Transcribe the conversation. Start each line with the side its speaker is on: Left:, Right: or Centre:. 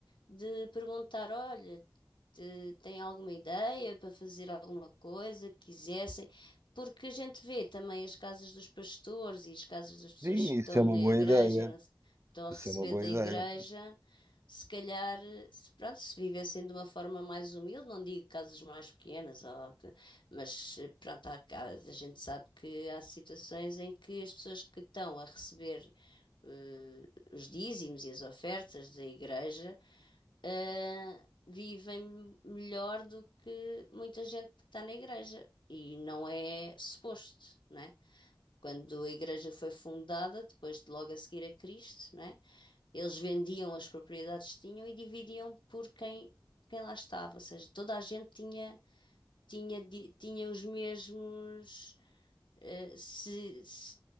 Left: de perguntar, olha te- têm alguma ideia para fazer alguma coisa que quisessem, porque a gente vê também as casas dos pastores e as casas das pessoas
Right: Sim,
Left: que
Right: isso
Left: estão
Right: é
Left: na
Right: uma boa
Left: igreja,
Right: ideia.
Left: e não se- estão a
Right: Isso
Left: receber
Right: é uma boa
Left: da
Right: ideia.
Left: igreja. Se calhar, se, pronto, se vivessem de uma forma mais humilde, não digo casas mais pequenas, ou que- mas eh, pronto, há, ca- a gente sabe que há situações em que as pessoas que estão a receber eh, os dízimos e as ofertas da igreja ah, vivem melhor do que muita gente que está na igreja. E não é suposto, né? Quando a igreja foi fundada, depois de logo a seguir a Cristo, né? Eles vendiam as propriedades que tinham e dividiam por quem, quem lá estava. Ou seja, toda a gente tinha, tinha, di- tinha os mesmos. eh, se, se-